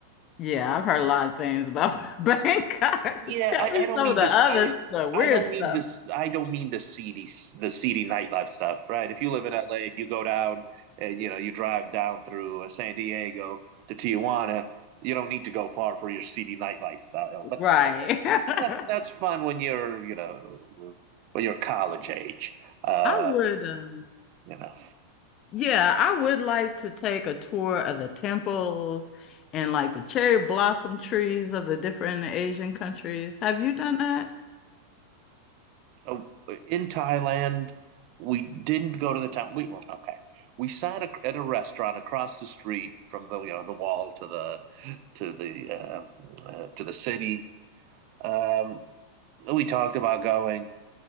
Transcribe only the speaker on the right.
Yeah,
I,
I don't
mean
this.
I
I
don't
mean this. I don't mean the seedy the seedy nightlife stuff, right? If you live in LA and you go down and you know you drive down through uh, San Diego to Tijuana, you don't need to go far for your seedy nightlife style. But
that's that's fun when you're you know when you're college age. Uh,
you know,
so in Thailand, we didn't go to the temple. We well, okay. We sat a, at a restaurant across the street from the you know the wall to the to the uh, uh, to the city. Um, we talked about going,